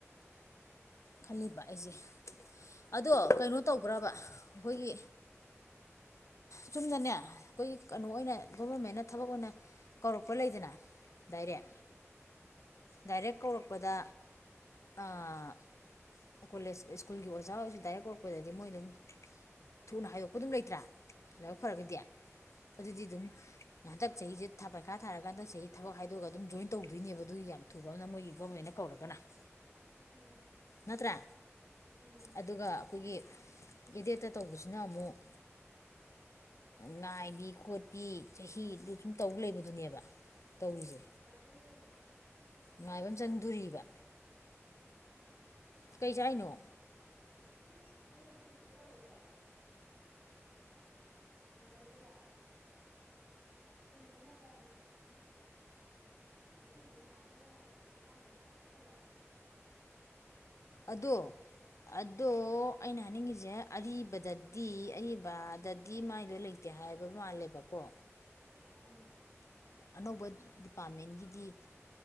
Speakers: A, on the left (about 75°); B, on the right (about 45°).
A: ꯈꯜꯂꯤꯕ ꯑꯩꯁꯦ ꯑꯗꯣ ꯀꯩꯅꯣ ꯇꯧ ꯄꯨꯔꯥꯕ ꯑꯩꯈꯣꯏꯒꯤ ꯆꯨꯝꯅꯅꯦ ꯑꯩꯈꯣꯏꯒꯤ ꯀꯩꯅꯣ ꯑꯣꯏꯅ
B: ꯎꯝ
A: ꯒꯣꯕꯔꯃꯦꯟꯅ ꯊꯕꯛ ꯑꯣꯏꯅ ꯀꯧꯔꯛꯄ ꯂꯩꯗꯅ ꯗꯥꯏꯔꯦꯛ
B: ꯎꯝ
A: ꯗꯥꯏꯔꯦꯛ
B: ꯎꯝ
A: ꯀꯧꯔꯛꯄꯗ ꯑꯥ ꯀꯣꯂꯦꯖ ꯁ꯭ꯀꯨꯜꯒꯤ ꯑꯣꯖꯥ ꯑꯣꯏꯔꯁꯨ ꯗꯥꯏꯔꯦꯛ ꯀꯧꯔꯛꯄꯗꯗꯤ ꯃꯣꯏ ꯑꯗꯨꯝ ꯊꯨꯅ ꯍꯥꯏꯗꯣꯛꯄ ꯑꯗꯨꯝ ꯂꯩꯇ꯭ꯔꯥ ꯂꯥꯏꯕꯛꯐꯔꯒꯗꯤ
B: ꯎꯝ
A: ꯑꯗꯨꯗꯤ
B: ꯎꯝ
A: ꯑꯗꯨꯝ ꯉꯍꯥꯛꯇꯛ ꯆꯍꯤꯁꯦꯥ ꯄꯩꯈꯥ ꯊꯥꯔꯀꯥꯟꯗ ꯆꯍꯤ ꯊꯕꯛ ꯍꯥꯏꯗꯣꯛꯑꯒꯝ ꯖꯣꯏꯟ ꯇꯧꯗꯣꯏꯅꯦꯕ ꯑꯗꯨꯒꯤ ꯌꯥꯝ ꯊꯨꯕ ꯑꯃꯅ ꯃꯣꯏꯒꯤ ꯒꯣꯔꯃꯦꯟꯅ ꯀꯧꯔꯒꯅ <inaudible>
B: ꯎꯝ
A: ꯅꯠꯇ꯭ꯔꯥ
B: ꯎꯝ
A: ꯑꯗꯨꯒ ꯑꯩꯈꯣꯏꯒꯤ ꯑꯦꯗꯠꯇ ꯇꯧꯕꯁꯤꯅ ꯑꯃꯨꯛ ꯉꯥꯏꯕꯤ ꯈꯣꯠꯄꯤ ꯆꯍꯤꯗꯨ ꯁꯨꯝ ꯇꯧ ꯂꯩꯕꯗꯨꯅꯦꯕ ꯇꯧꯔꯤꯁꯦ
B: ꯍꯥꯏꯗꯨꯅ ꯌꯦꯡꯉꯣ
A: ꯅꯨꯡꯉꯥꯏꯕ ꯑꯃ ꯆꯪꯗꯣꯔꯤꯕ ꯀꯩ ꯆꯥꯏꯅꯣ
B: ꯎꯝ ꯑꯩꯗꯣ ꯎꯏꯒꯦ ꯇꯧꯔꯨꯔꯕ ꯑꯗꯩꯗꯨꯗ ꯑꯨꯏꯗꯅꯕꯅ ꯍꯩꯀꯨꯖꯦ ꯈꯅꯥꯎꯖꯨ ꯅꯨꯡꯉꯥꯏꯇꯕ ꯉꯔꯥꯡꯖꯨ ꯂꯣꯛ ꯌꯥꯝ ꯈꯨꯕ
A: ꯑꯗꯣ ꯑꯗꯣ ꯑꯩꯅ ꯍꯥꯏꯅꯤꯡꯉꯤꯁꯦ ꯑꯔꯤꯕꯗꯗꯤ ꯑꯔꯤꯕꯗꯗꯤ ꯃꯥꯏꯗꯣ ꯂꯩꯇꯦ ꯍꯥꯏꯕ ꯃꯥꯜꯂꯦꯕꯀꯣ
B: ꯎꯝ
A: ꯑꯅꯧꯕ ꯗꯤꯄꯥꯔꯠꯃꯦꯟꯒꯤꯗꯤ